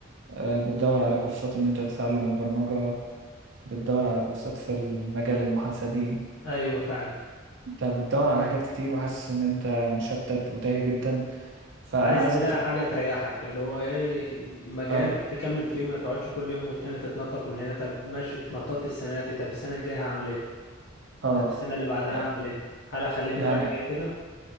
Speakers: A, on the right; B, on the left.
A: آه، بتدور على كورسات ان انت تتعلم البرمجة بتدور على كورسات في المجال المحاسبي
B: ايوه فعلا
A: انت بتدور على حاجات كتير وحاسس ان انت مشتت وتايه جدا فانا
B: عايز
A: عايزك
B: تلاقي
A: تك...
B: حاجة تريحك اللي هو ايه مجال
A: اه
B: تكمل فيه ما تقعدش كل يوم والتاني تتنطط من هنا طب ماشي اتنططت السنة دي طب السنة الجاية هعمل ايه
A: اه
B: طب السنة اللي بعدها
A: يع-
B: هعمل ايه هل هخليني
A: يعني
B: رايح جاي كده